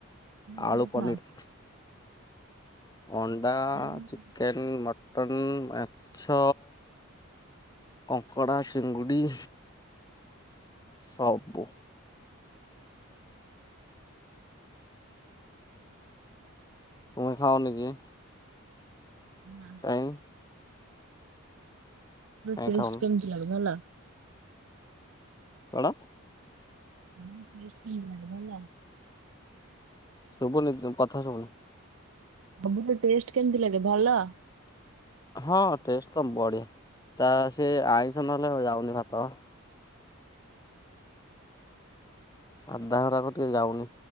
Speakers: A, on the left (about 15°); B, on the right (about 70°).
A: ଆଳୁ
B: ଅଣ୍ଡା
A: ପନୀର୍।
B: ଖାଅ
A: ଅଣ୍ଡା,
B: ତାହେଲେ ତମେ
A: ଚିକେନ୍, ମଟନ୍, ମାଛ। କଂଙ୍କଡ଼ା, ଚିଙ୍ଗୁଡ଼ି। ସବୁ। ତୁମେ ଖାଉନିକି?
B: ନା
A: କାହିଁ? କାଇଁ
B: ଟେଷ୍ଟ
A: ଖାଉନି
B: କେମତି ଲାଗେ ଭଲ।
A: କଣ?
B: <unintelligible> ଭଲା
A: ଶୁଭନି କଥା ଶୁଭୁନି।
B: ସବୁଠୁ ଟେଷ୍ଟ କେମତି ଲାଗେ, ଭଲ?
A: ହଁ ଟେଷ୍ଟ ତମ୍ ବଢିଆ, ତା ସିଏ ଆଇଁସ ନହେଲେ ଯାଉନି ଭାତ। ସାଧା ହେଗିରା ଟିକେ ଯାଉନି